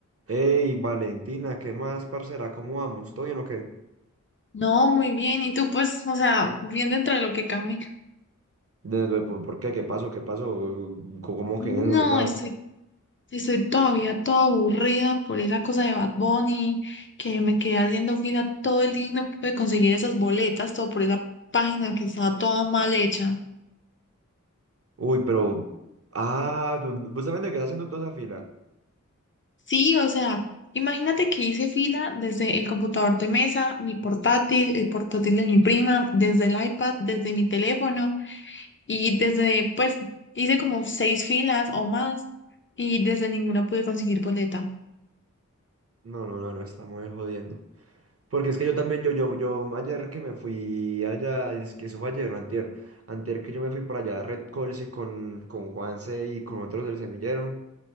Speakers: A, on the right (about 50°); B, on the left (about 40°).
A: Hey, Valentina, ¿qué más, parcera? ¿Cómo vamos? ¿Todo bien o qué?
B: No, muy bien. Y tú, pues, o sea, bien dentro de lo que cabe.
A: De- de- ¿Por por qué? ¿Qué pasó? ¿Qué pasó? ¿Cómo
B: No,
A: que es lo que cabe?
B: estoy, estoy todavía toda aburrida por esa cosa de Bad Bunny, que me quedé haciendo fila todo el día y no pude conseguir esas boletas, todo por esa página que estaba toda mal hecha.
A: Uy, pero... Ah, tú- vos también te quedás haciendo toda esa fila.
B: Sí, o sea, imagínate que hice fila desde el computador de mesa, mi portátil, el portátil de mi prima, desde el iPad, desde mi teléfono y desde, pues, hice como seis filas o más y desde ninguna pude conseguir boleta.
A: No, no, no, no, estamos ahí jodiendo. Porque es que yo también, yo, yo, yo, ayer que me fui allá, es que eso fue ayer, no, antier, antier que yo me fui para allá a Red Colsi con, con Juanse y con otros del semillero.